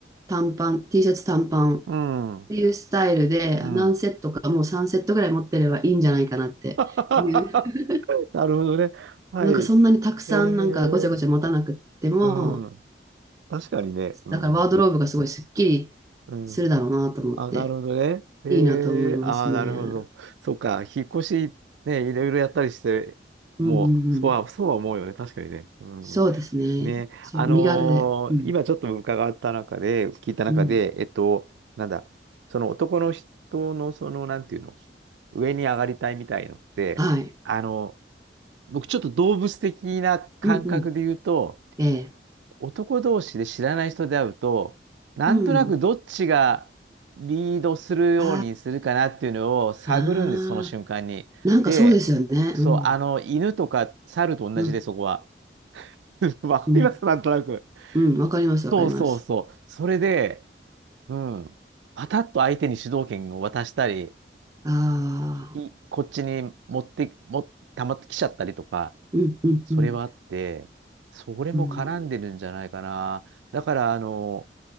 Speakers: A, on the right (about 20°); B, on the right (about 85°).
A: 短パン、T シャツ短パンっ
B: うん、<laughs>
A: ていうスタイルで何セットかもう3セットぐらい持ってればいいんじゃないかなっていう、
B: うん。<laughs> なるほどね。はい。
A: なんかそんなにたくさんなんかごちゃごちゃ持たなくっても、
B: えー、うん。確かにね。うん、
A: だからワードローブがすごいすっきり
B: うん。
A: するだろうなと思って、
B: あ、なるほどね。えー、
A: いいなと思いますね。
B: ああ、なるほど。
A: うん
B: そっか、引っ越し、ね、いろいろやったりして、
A: うんうん。
B: もう、そうは、そうは思うよね。確かにね。うん。
A: そうですね。
B: ね、
A: そう、
B: あのー今ちょっと伺った中で、
A: 身軽で。うん。
B: 聞いた中で、
A: うん。
B: えっと、なんだ、その男の人の、その、なんていうの、上に上がりたいみたいのって、
A: はい。
B: あの、僕ちょっと動物的な感覚で言うと、
A: うんうん。ええ。
B: 男同士で知らない人で会うと、なんとなくどっちがリードするようにするかなっていうのを探るんです、
A: うん。ああ、あ、ああ、
B: その瞬間に。
A: なんかそうですよね。
B: で、そう、
A: うん。
B: あの、犬とか猿と同じで、
A: うん。
B: そこは。<laughs> わかります、
A: うん。
B: なんとなく。
A: うん。わかります、わかります。
B: そうそうそう。それで、うん。パタッと相手に主導権を渡したり、
A: ああ、
B: いこっちに持って、も、たまってきちゃったりとか、
A: うんうんうん。
B: それはあって、それも絡んでるんじゃないかな。
A: うん。
B: だから、あの、